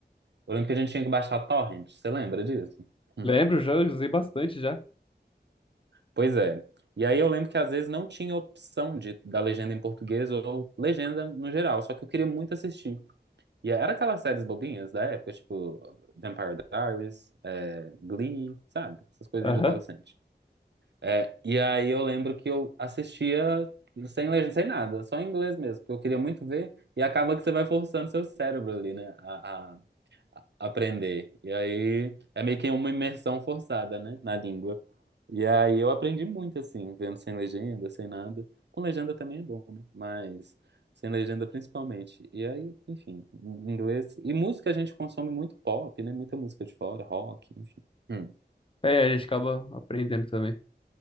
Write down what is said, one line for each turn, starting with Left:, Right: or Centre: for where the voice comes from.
Right: Eu lembro que a gente tinha que baixar torrent, você lembra disso? Hum.
Left: Lembro já, usei bastante já.
Right: Pois é. E aí eu lembro que às vezes não tinha opção de, da legenda em português ou legenda no geral, só que eu queria muito assistir. E era aquelas séries bobinhas da época, tipo Vampire Diaries, é, Glee, sabe? Essas coisinhas
Left: Aham.
Right: de adolescente. É, e aí eu lembro que eu assistia sem legenda, sem nada, só em inglês mesmo, porque eu queria muito ver, e acaba que você vai forçando seu cérebro ali, né, a, a aprender. E aí é meio que uma imersão forçada, né, na língua. E aí eu aprendi muito, assim, vendo sem legenda, sem nada. Com legenda também é bom, né, mas sem legenda principalmente. E aí, enfim, em inglês. E música a gente consome muito pop, né, muita música de fora, rock, enfim. Hum,
Left: É, a gente acaba aprendendo também